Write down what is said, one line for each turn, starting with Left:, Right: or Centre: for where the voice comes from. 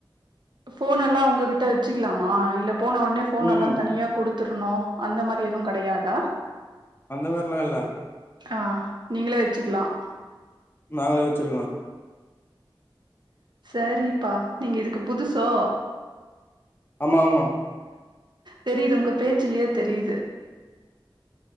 Right: போன் எல்லாம் உங்ககிட்ட வச்சுக்கலாமா இல்ல போனோன்னே போன்
Left: ம்
Right: எல்லாம் தனியா குடுத் குத்துருணும் அந்த மாரி எதுவும் கடையாதா
Left: அந்த மாரில்லாம் இல்ல
Right: ஆ நீங்களே வச்சிக்கலாம்
Left: நாங்களே வச்சிருக்கலா
Right: சரிப்பா நீங்க இதுக்கு புதுசோ
Left: ஆமா ஆமா
Right: தெரியுது உங்க பேச்சு பேச்சிலேயே தெரியுது